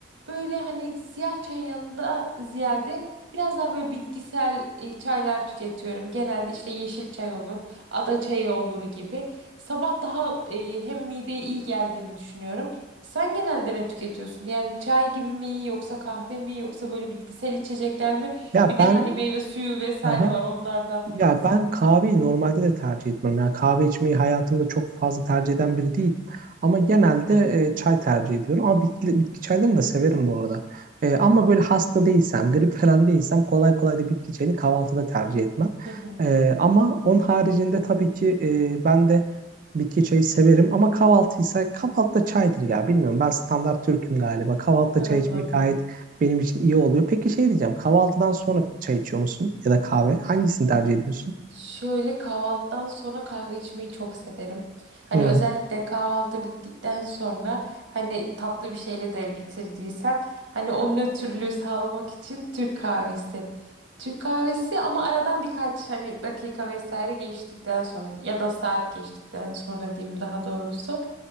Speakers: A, on the right; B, on the right.
A: böyle hani siyah çayın yanında ziyade biraz daha böyle bitkisel e, çaylar tüketiyorum. Genelde işte yeşil çay olur, ada çayı olur gibi. Sabah daha e, hem mideye iyi geldiğini düşünüyorum. Sen genelde ne tüketiyorsun? Yani çay gibi mi yoksa kahve mi yoksa böyle bitkisel içecekler mi?
B: Ya
A: Bir de
B: ben
A: hani meyve suyu vesaire
B: aha,
A: var onlardan mı
B: Ya
A: yoksa?
B: ben kahveyi normalde de tercih etmem. Yani kahve içmeyi hayatımda çok fazla tercih eden biri değilim. Ama genelde e, çay tercih ediyorum. Ama bitki, bitki çaylarını da severim bu arada. E, ama böyle hasta değilsem, grip falan değilsem kolay kolay da bitki çayını kahvaltıda tercih etmem.
A: Hı hı,
B: E, ama onun haricinde tabii ki e, ben de bitki çayı severim. Ama kahvaltıysa kahvaltıda çaydır ya. Bilmiyorum ben standart Türk'üm galiba. Kahvaltıda
A: Anladım.
B: çay içmek gayet benim için iyi oluyor. Peki şey diyeceğim. Kahvaltıdan sonra çay içiyor musun? Ya da kahve? Hangisini tercih ediyorsun?
A: Şöyle kahvaltıdan sonra kahve içmeyi çok severim. Hani
B: Hmm.
A: özellikle kahvaltı bittikten sonra hani tatlı bir şeyle de bitirdiysem hani o nötrlüğü sağlamak için Türk kahvesi. Türk kahvesi ama aradan birkaç hani dakika vesaire geçtikten sonra ya da saat geçtikten sonra diyeyim daha doğrusu.